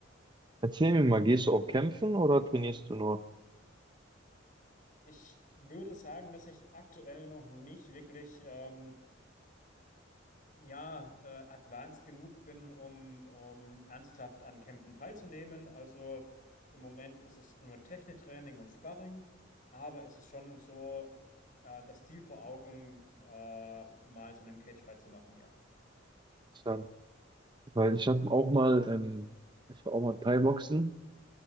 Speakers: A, on the right (about 25°); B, on the left (about 45°).
A: erzähl mir mal, gehst du auch kämpfen oder trainierst du nur?
B: Ich würde sagen, dass ich aktuell noch nicht wirklich ähm, ja, äh, advanced genug bin, um, um ernsthaft an Kämpfen teilzunehmen. Also im Moment ist es nur Techniktraining und Sparring, aber es ist schon so äh, das Ziel vor Augen, äh, mal so einen Cagefight zu machen, ja.
A: Dann, weil ich habe auch mal, ähm, ich war auch mal Thai-Boxen